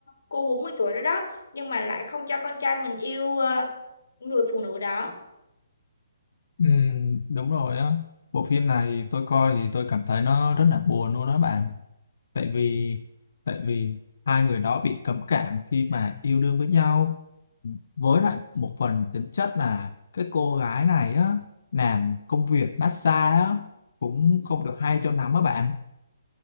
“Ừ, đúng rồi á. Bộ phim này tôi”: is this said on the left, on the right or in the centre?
Left